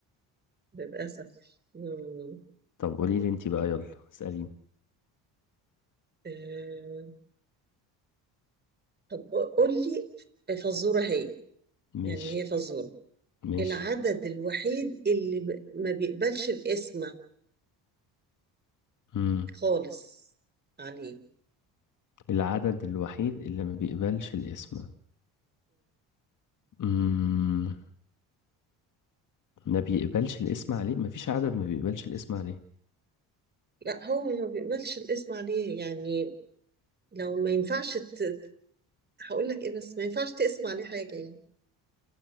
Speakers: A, on the right; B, on the left.
A: للأسف مم.
B: طب قولي لي انت بقى يلا اساليني
A: آه، طب قول لي فزورة هي
B: ماشي
A: يعني هي فزورة
B: ماشي
A: العدد الوحيد اللي ب- ما بيقبلش القسمة
B: امم
A: خالص عليه
B: العدد الوحيد اللي ما بيقبلش الاسم امم ما بيقبلش الاسم عليه ما فيش عدد ما بيقبلش الاسم عليه
A: لا هو ما بيقبلش الاسم عليه يعني لو ما ينفعش ت... هقول لك ايه بس ما ينفعش تقسم عليه حاجة يعني